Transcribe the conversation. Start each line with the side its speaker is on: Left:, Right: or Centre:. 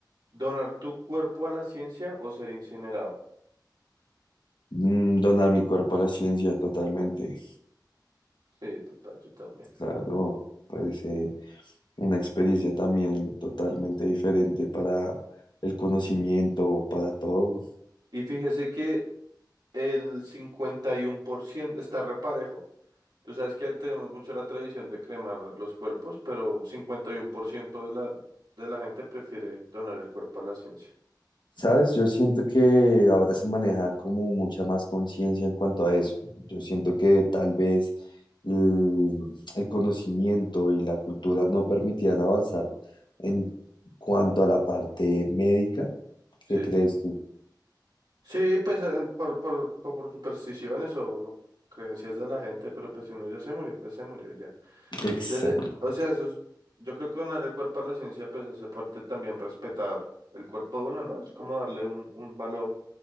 Right: ¿donar tu cuerpo a la ciencia o ser incinerado?
Left: mm, donar mi cuerpo a la ciencia totalmente,
Right: Sí, total, yo también.
Left: claro, parece una experiencia también totalmente diferente para el conocimiento, para todo.
Right: Y fíjese que el 51% está reparejo. Tú sabes que tenemos mucho la tradición de cremar los cuerpos, pero 51% de la, de la gente prefiere donar el cuerpo a la ciencia.
Left: ¿Sabes? Yo siento que ahora se maneja como mucha más conciencia en cuanto a eso. Yo siento que tal vez el, el conocimiento y la cultura no permitían avanzar en cuanto a la parte médica.
Right: Sí,
Left: ¿Qué crees
Right: sí.
Left: tú?
Right: Sí, pues eh, por, por, o por supersticiones o creencias de la gente, pero pues si uno ya se murió, pues se murió ya.
Left: Exacto.
Right: Desde, o sea, eso es, yo creo que donar el cuerpo a la ciencia, pues hace parte también respetar el cuerpo de uno, ¿no? Es como darle un, un valor